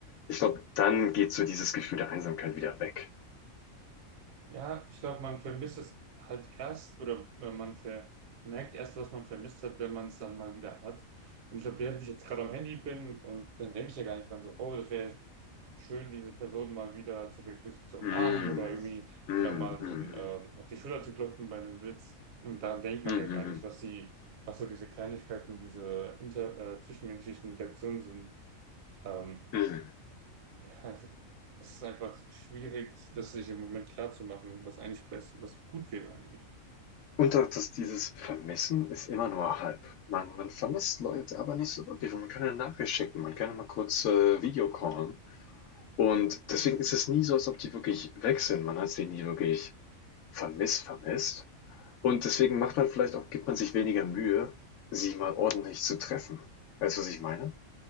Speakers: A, on the left; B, on the right.
A: ich glaube, dann geht so dieses Gefühl der Einsamkeit wieder weg.
B: Ja, ich glaube, man vermisst es halt erst oder wenn man vermerkt erst, was man vermisst hat, wenn man es dann mal wieder hat. Und ich glaube, während ich jetzt gerade am Handy bin und dann denke ich ja gar nicht dran so, oh, das wäre schön, diese Person mal wieder zu begrüßen, zu umarmen
A: Mm,
B: oder irgendwie
A: mm,
B: oder mal so
A: mm,
B: ein, äh, auf die Schulter zu klopfen bei einem Witz. Und daran denkt man
A: mm, mm,
B: ja gar nicht, was die, was so diese Kleinigkeiten, diese inter, äh, zwischenmenschlichen Interaktionen sind. Ähm,
A: mm, mm.
B: ja, es, es ist einfach schwierig, das sich im Moment klar zu machen, was eigentlich best, was gut wäre eigentlich.
A: Und auch, dass dieses Vermissen ist immer nur halb. Man man vermisst Leute, aber nicht so wirklich. Man kann eine Nachricht schicken, man kann mal kurz, äh, Video-callen und
B: Mhm.
A: deswegen ist es nie so, als ob die wirklich weg sind. Man hat sie nie wirklich vermisst, vermisst und deswegen macht man vielleicht auch gibt man sich weniger Mühe, sie mal ordentlich zu treffen. Weißt du, was ich meine?